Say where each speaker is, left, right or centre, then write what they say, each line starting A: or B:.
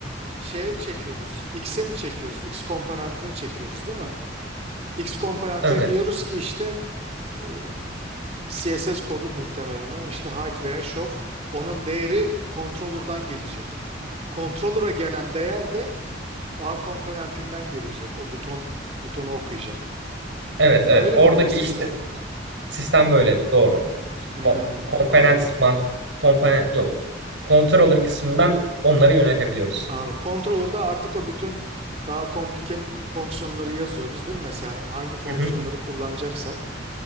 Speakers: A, on the right (about 35°); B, on the right (about 70°).
A: şeye çekiyoruz. X'e mi çekiyoruz? X komponentine çekiyoruz değil mi? X komponentine
B: Evet.
A: diyoruz ki işte e, CSS kodu muhtemelen o. İşte height veya show. Onun değeri controller'dan gelecek. Controller'a gelen değer de A komponentinden gelecek. O buton butonu okuyacak.
B: Evet evet
A: Böyle
B: oradaki
A: mi oluyor sistem?
B: işte sistem böyle doğru.
A: Hmm,
B: Ko- Komponent
A: anladım.
B: man komponent yok. Controller kısmından onları yönetebiliyoruz.
A: Anladım. Controller'da artık o bütün daha komplike fonksiyonları yazıyoruz değil mi? Mesela hangi fonksiyonları
B: Hı hı,
A: kullanacaksak